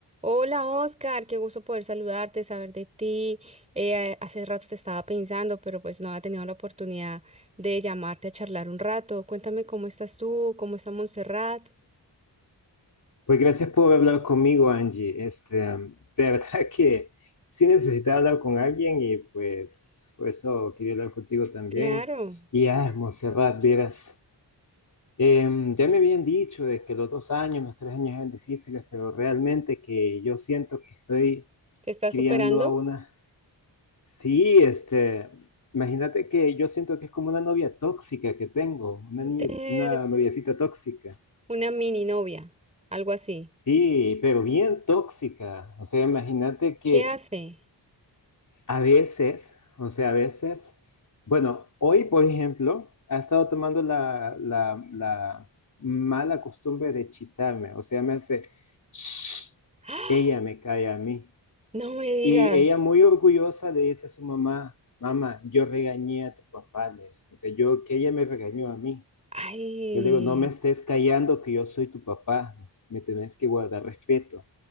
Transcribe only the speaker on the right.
Hola Oscar, qué gusto poder saludarte, saber de ti. Eh, hace rato te estaba pensando, pero pues no había tenido la oportunidad de llamarte a charlar un rato. Cuéntame cómo estás tú, cómo está Montserrat.
Claro,
te estás
superando
Ter-
una mini novia, algo así.
¿Qué hace?
<gasps> ¡Ah!
No me digas.
Ay,